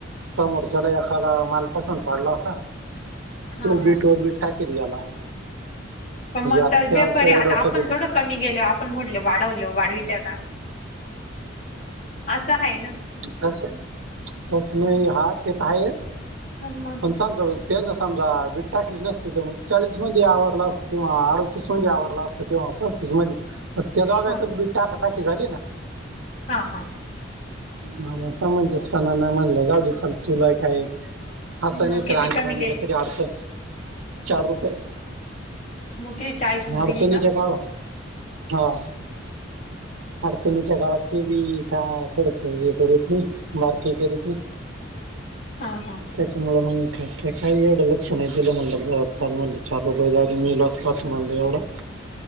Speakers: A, on the right (about 85°); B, on the left (about 40°).
A: समोरच्याला एकाला माल पसंद पडला होता,
B: हा
A: तो बी
B: हा
A: बी टाकीत गेला.
B: प मग
A: आता त्याच्या
B: व्यापारी आता
A: डोक्यात
B: आपण थोडं. कमी गेल आपण म्हणलो वाढवल वाढवित्या का असं आहे ना.
A: तसं तसं नाही हा ते तर आहेच.
B: हम मग.
A: पण, समजा त्यान समजा वीट टाकली नसती तर मग, चाळीस मध्ये आवरला असतं किंवा अडतीस मध्ये आवरला असत. किंवा पस्तीस मध्ये त्या दोघातच
B: हा
A: बी टाका टाकी झाली ना.
B: हा हा.
A: हा म समनजस पणा नाही म्हणलं जाऊदे चल तुलाय काय असं
B: मग
A: नाही,
B: किती
A: तर आणी
B: कमी
A: बाणीला
B: केल
A: कधी अडचण चार रुपये.
B: मग किती चाळीस न
A: अडचणीच्या
B: दिली का
A: काळात. हा अडचणीच्या काळात ते बी का थोड. काय ये करीत नाही मार्क ही करीत नाही.
B: हा हा.
A: त्याच्यामुळे मग काय काही एवढं लक्ष नाही दिलं म्हटलं बर चार रुपये जाऊ मेलो. पात म्हनल ऐवढा.